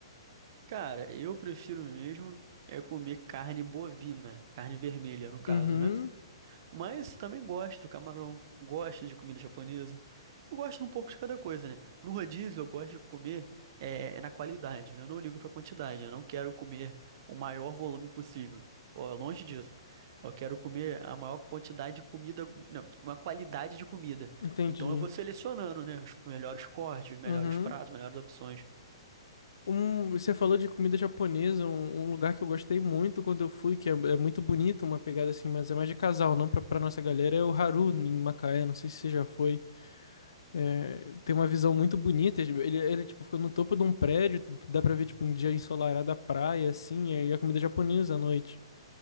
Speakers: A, on the right; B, on the left.
A: Cara, eu prefiro mesmo é comer carne bovina, carne vermelha no caso,
B: Uhum,
A: né? Mas também gosto do camarão, gosto de comida japonesa. Eu gosto um pouco de cada coisa, né? No rodízio, eu gosto de comer é, é na qualidade. né? Eu não ligo pra quantidade. Eu não quero comer o maior volume possível. Pô, é longe disso. Eu quero comer a maior quantidade de comida, não, uma qualidade de comida.
B: entendi.
A: Então eu vou selecionando, né? Os melhores cortes, os melhores
B: Uhum.
A: pratos, melhores opções.
B: Um, você falou de comida japonesa, um, um lugar que eu gostei muito quando eu fui, que é, é muito bonito, uma pegada assim, mas é mais de casal, não pra, pra nossa galera, é o Haru em Macaé, não sei se você já foi. É, tem uma visão muito bonita, ele, ele tipo, fica no topo de um prédio, t- dá pra ver tipo um dia ensolarado a praia, assim, e a comida japonesa à noite.